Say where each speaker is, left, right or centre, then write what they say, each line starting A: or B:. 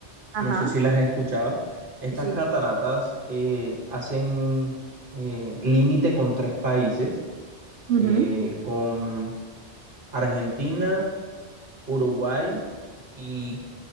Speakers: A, on the right (about 75°); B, on the right (about 50°).
A: Ajá.
B: No sé si las has escuchado. Estas
A: Sí, sí.
B: cataratas eh, hacen eh, límite con tres países,
A: Ujú.
B: eh, con Argentina, Uruguay y,